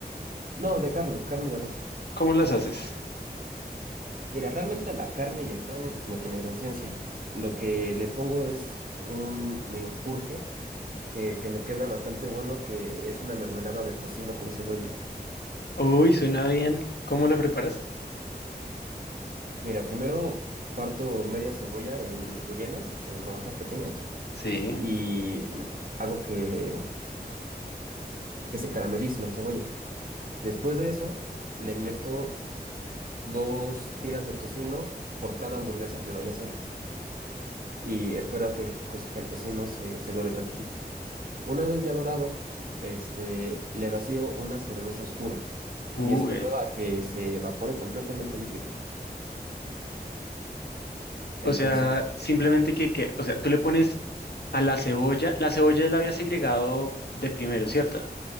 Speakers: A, on the right; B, on the left.
A: No, de carne, carne de res.
B: ¿Cómo las haces?
A: Mira, realmente la carne y el pan no tiene gran ciencia. Lo que le pongo es un menjurje que, que me queda bastante bueno, que es una mermelada de tocino con cebolla.
B: Uy, suena bien. ¿Cómo la preparas?
A: Mira, primero parto media cebolla en julianas, en rodajas pequeñas,
B: Sí.
A: y hago que, que se caramelice la cebolla. Después de eso, le meto dos tiras de tocino por cada hamburguesa que vaya a hacer. Y espero a que el, cos- el tocino se, se dore tantito. Una vez ya dorado, este, le vacío una cerveza oscura
B: Uy.
A: y espero a que se evapore completamente el líquido. Entonces,
B: O sea, simplemente que, que, o sea, tú le pones a la cebolla, la cebolla la había segregado de primero, ¿cierto?